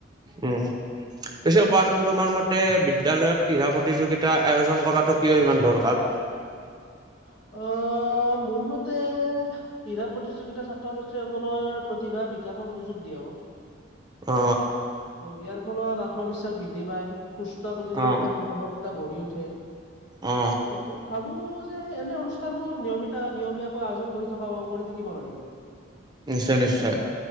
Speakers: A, on the right (about 20°); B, on the left (about 75°).
A: উম। <unintelligible> কোৱাচোন তোমাৰ মতে বিদ্য়ালয়ত ক্ৰীড়া প্ৰতিযোগিতা আয়োজন কৰাটো কিয় ইমান দৰকাৰ?
B: অ', মোৰ মতে ক্ৰীড়া, প্ৰতিযোগিতা, ছাত্ৰ ছাত্ৰীসকলৰ প্ৰতিভা বিকাশৰ সুযোগ দিয়ে, অ'
A: অ
B: ইয়াৰ ফলত আত্মবিশ্বাস বৃদ্ধি পায় সুস্থ প্ৰতিযোগিতাৰ
A: অ
B: মনোভাৱ এটা গঢ়ি উঠে,
A: অ
B: মই ভাবোঁ যে এনে, অনুষ্ঠান বোৰ নিয়মিতা নিয়মীয়াকৈ আয়োজন কৰি থকা, কৰি থাকিব লাগে।
A: নিশ্চয় নিশ্চয়,